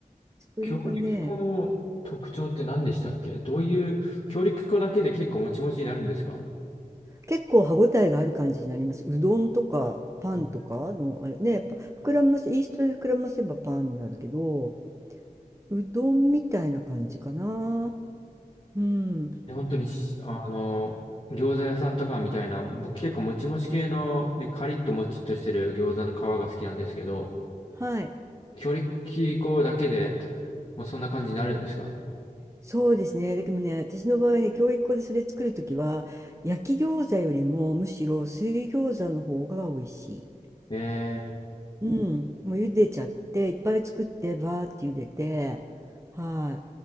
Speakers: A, on the right; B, on the left.
A: それはね
B: 強力粉の特徴って何でしたっけどういう、強力粉だけで結構もちもちになるんですか
A: 結構歯ごたえがある感じになります。うどんとかパンとかの、
B: うん
A: あれね、パ膨らませ、イーストで膨らませばパンになるけど、うどんみたいな感じかな。うん。
B: 本当にし、あの、餃子屋さんとかみたいな、僕結構もちもち系の、で、カリッともちっとしてる餃子の皮が好きなんですけど、
A: はい。
B: 強力粉だけで、もうそんな感じになるんですか
A: そうですね。だけどね、私の場合ね、教育粉でそれ作るときは、焼き餃子よりもむしろ水餃子の方が美味しい。
B: え
A: うん、もう茹でちゃって、いっぱい作って、バーって茹でて、は